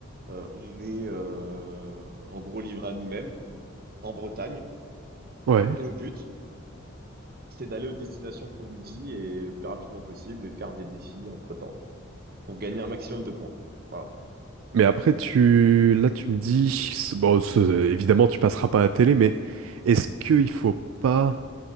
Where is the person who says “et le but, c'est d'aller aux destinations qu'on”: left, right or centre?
Right